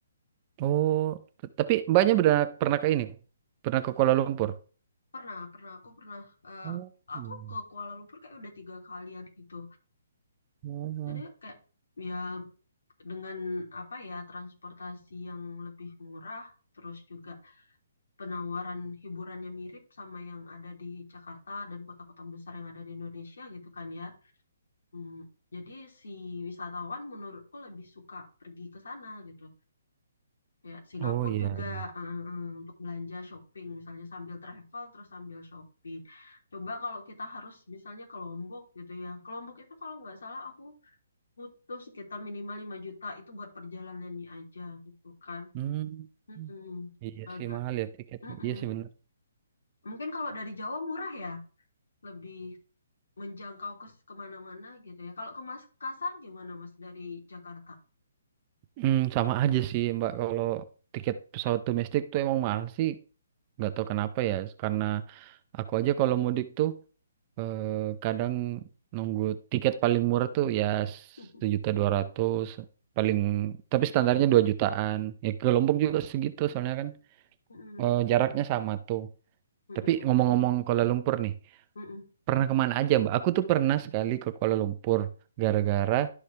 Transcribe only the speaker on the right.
oh. T- Tapi mbaknya pernah pernah ke ini, pernah ke Kuala Lumpur.
Oh,
iya.
Oh.
Oh iya.
iya.
Hmm.
Iya
sih mahal ya tiketnya.
Iya sih bener.
Hmm, sama aja sih Mbak. Kalau tiket pesawat domestik tuh emang mahal sih. Nggak tahu kenapa ya. Karena aku aja kalau mudik tuh eh, kadang nunggu tiket paling murah tuh ya
sejuta dua ratus paling tapi standarnya dua jutaan ya ke Lombok juga segitu soalnya kan
eh, jaraknya sama tuh
tapi
ngomong-ngomong Kuala Lumpur nih
Pernah kemana aja, Mbak? Aku tuh pernah sekali ke Kuala Lumpur gara-gara